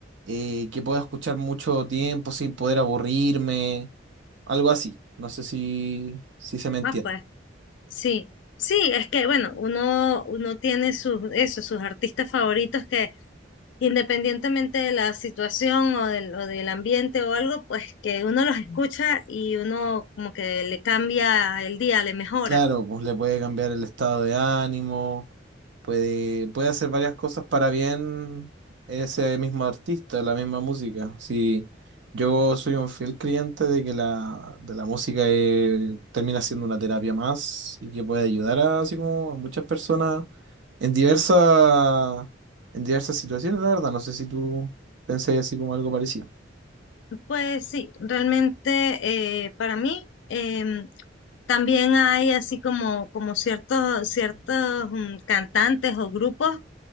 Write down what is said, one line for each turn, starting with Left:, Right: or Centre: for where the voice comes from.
Right: eh, que puedo escuchar mucho tiempo sin poder aburrirme algo así. No sé si, si se me entiende.
Left: Ah, pues, sí. Sí, es que, bueno, uno, uno tiene sus, eso, sus artistas favoritos que independientemente de la situación o del, o del ambiente o algo, pues que uno los escucha y uno como que le cambia el día, le mejora.
Right: Claro, pues le puede cambiar el estado de ánimo, puede, puede hacer varias cosas para bien ese mismo artista, la misma música. Sí, yo soy un fiel creyente de que la, de la música eh, termina siendo una terapia más y que puede ayudar a, así como a muchas personas en diversas, en diversas situaciones, la verdad. No sé si tú pensáis así como algo parecido.
Left: Pues sí, realmente eh, para mí em, también hay así como, como ciertos, ciertos mm, cantantes o grupos